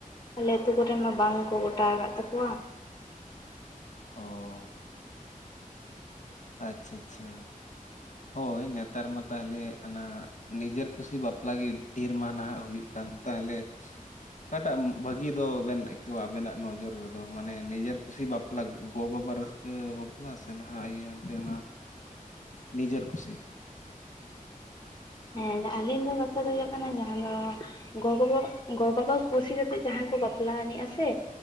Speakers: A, on the left (about 30°); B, on the left (about 60°).
A: ᱟᱞᱮ ᱟᱹᱛᱩ ᱠᱚᱨᱮ ᱢᱟ ᱵᱟᱝᱠᱚ ᱜᱚᱴᱟ ᱠᱟᱜ ᱛᱟᱠᱚᱣᱟ᱾
B: ᱚᱸ ᱟᱪ ᱪᱷᱟ ᱪᱷᱟ᱾ ᱦᱳᱭ ᱱᱮᱛᱟᱨ ᱢᱟ ᱛᱟᱦᱚᱞᱮ ᱚᱱᱟ ᱱᱤᱡᱮᱨᱼᱼ ᱠᱩᱥᱤ ᱵᱟᱯᱞᱟᱜ ᱜᱮ ᱰᱷᱮᱨ ᱢᱟᱼᱱᱟ ᱦᱩᱭᱩᱜ ᱠᱟᱱ ᱛᱟᱦᱚᱞᱮ ᱚᱠᱟᱴᱟᱜ ᱵᱷᱟᱹᱜᱤ ᱫᱚ ᱵᱮᱱ ᱟᱵᱮᱱᱟᱜ ᱱᱚᱡᱚᱨ ᱨᱮᱫᱚ ᱢᱟᱱᱮ ᱱᱤᱡᱮᱨ ᱠᱩᱥᱤ ᱵᱟᱯᱞᱟ ᱜᱚ ᱵᱟᱵᱟ ᱨᱟᱹᱥᱠᱟᱹ᱾ ᱱᱟᱥᱮ ᱱᱟᱜ ᱤᱭᱟᱹ ᱮᱱᱛᱮ ᱚᱱᱟ ᱱᱤᱡᱮᱨ ᱠᱩᱥᱤ᱾
A: ᱦᱮᱸ ᱟᱹᱞᱤᱧ ᱫᱚ ᱠᱟᱛᱷᱟ ᱫᱚ ᱦᱳᱭᱳᱜ ᱠᱟᱱᱟ ᱡᱟᱦᱟᱸ ᱫᱚ ᱜᱚ ᱵᱚᱵᱟ, ᱜᱚ ᱵᱟᱵᱟ ᱠᱩᱥᱤ ᱠᱟᱛᱮᱜ ᱡᱟᱦᱟᱸᱭ ᱠᱚ ᱵᱟᱯᱞᱟ ᱟᱱᱤᱡᱼᱟ ᱥᱮ᱾